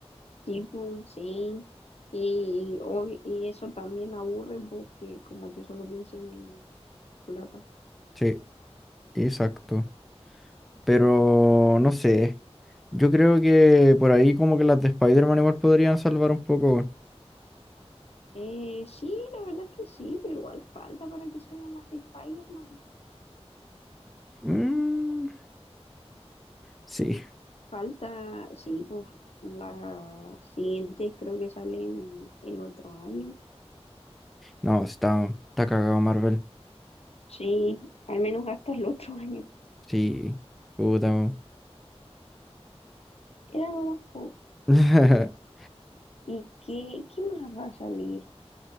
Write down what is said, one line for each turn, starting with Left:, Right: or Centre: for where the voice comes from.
Left: tipo, sí. Y, obvi- y eso también aburre porque como que solo piensen en plata.
Centre: Sí, exacto. Pero no sé. Yo creo que por ahí como que las de Spider-Man igual podrían salvar un poco. weón.
Left: Eh, sí, la verdad es que sí, pero igual falta para que salgan las de Spider-Man.
Centre: Mm, sí.
Left: Falta, sí, pues las siguientes creo que salen el otro año.
Centre: No, está, está cagado Marvel.
Left: Sí, al menos hasta el otro <laughs> año.
Centre: Sí. Puta. weón.
Left: Era nada más, po.
Centre: <laughs>
Left: ¿Y qué, qué más va a salir?